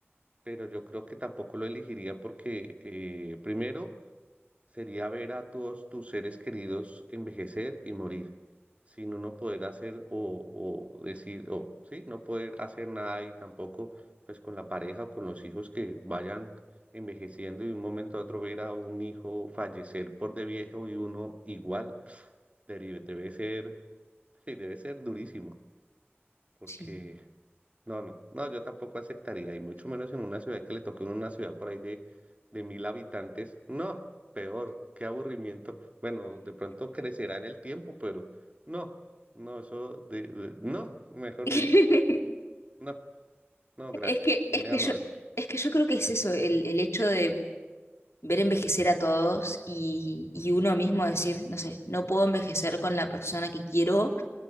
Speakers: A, on the right (about 30°); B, on the left (about 85°).
A: pero yo creo que tampoco lo elegiría porque eh, primero sería ver a todos tus seres queridos envejecer y morir, sin uno poder hacer o, o decir, o sí, no poder hacer nada y tampoco pues con la pareja o con los hijos que vayan envejeciendo y de un momento a otro ver a un hijo fallecer por de viejo y uno igual, <sniffs> debe, debe ser, <laughs> debe ser durísimo, porque
B: Sí.
A: no, no, no, yo tampoco aceptaría, y mucho menos en una ciudad que le toque una ciudad por ahí de, de mil habitantes. No, peor, qué aburrimiento. Bueno, de pronto crecerá en el tiempo, pero no, no, eso de, de- no, mejor
B: <laughs>
A: dicho, no, no, gracias,
B: Es que,
A: muy
B: es que
A: amable.
B: yo, es que yo creo que es eso, el, el hecho de ver envejecer a todos y, y uno mismo decir, no sé, no puedo envejecer con la persona que quiero